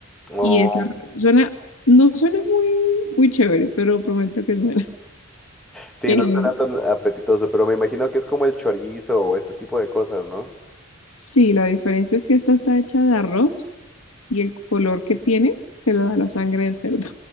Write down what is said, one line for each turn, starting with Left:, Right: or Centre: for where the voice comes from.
Centre: Oh,
Left: Y esa suena, no suena muy, muy chévere, pero prometo que es buena.
Centre: sí,
Left: <laughs> Em,
Centre: no suena tan apetitoso, pero me imagino que es como el chorizo o este tipo de cosas, ¿no?
Left: sí, la diferencia es que esta está hecha de arroz y el color que tiene se lo da la sangre del cerdo.